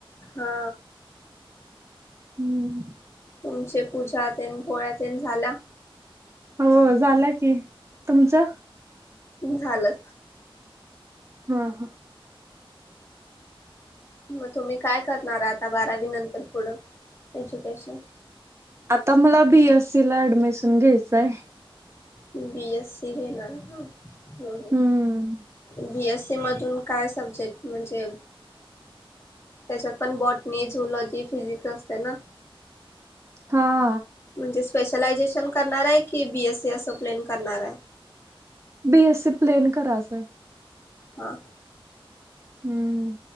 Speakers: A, on the left; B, on the right.
A: हा
B: हम्म
A: तुमचे पूजा तेन पोळ्या तेन झाल्या
B: हो झाल्या की तुमच्या
A: झालं
B: हा हा
A: मग तुम्ही काय करणार आता बारावी नंतर पुढं एज्युकेशन
B: आता मला बीएससी ला ऍडमिशन घ्यायचंय
A: बीएससी घेणार हा हा
B: हम्म.
A: बीएसी ते मधून काय सब्जेक्ट म्हणजे. त्याच्यात पण बॉटनी, झुलॉजी, फिजिक्स असतंय ना.
B: हा.
A: म्हणजे स्पेशलायझेशन करणार आहे की बीएससी असं प्लेन करणार आहे.
B: बीएससी प्लेन करायचंय.
A: हा.
B: हम्म.